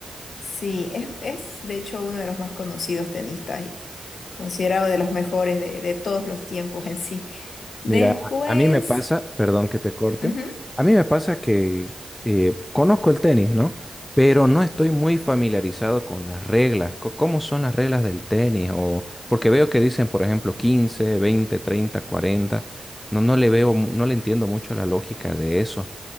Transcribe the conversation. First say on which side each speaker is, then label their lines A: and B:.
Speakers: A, on the left; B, on the left.
A: Sí, es, es de hecho uno de los más conocidos tenistas y considerado de los mejores de, de todos los tiempos en sí. Después,
B: Mira, a a mí me pasa, perdón que te corte,
A: ujú,
B: a mí me pasa que eh, conozco el tenis, ¿no? Pero no estoy muy familiarizado con las reglas, co- cómo son las reglas del tenis, o porque veo que dicen, por ejemplo, 15, 20, 30, cuarenta, No, no le veo, mu- no le entiendo mucho la lógica de eso.